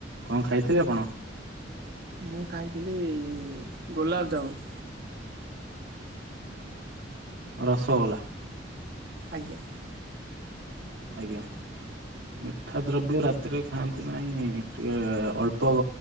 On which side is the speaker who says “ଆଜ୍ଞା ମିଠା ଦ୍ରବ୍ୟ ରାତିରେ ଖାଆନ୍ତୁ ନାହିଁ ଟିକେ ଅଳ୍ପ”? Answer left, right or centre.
Right